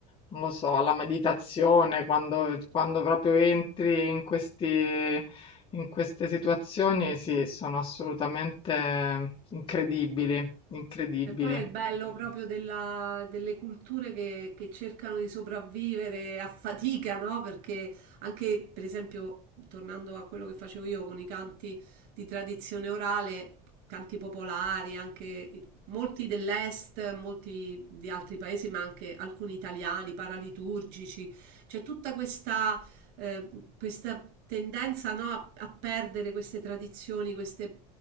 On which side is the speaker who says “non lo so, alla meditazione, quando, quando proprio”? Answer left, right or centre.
Left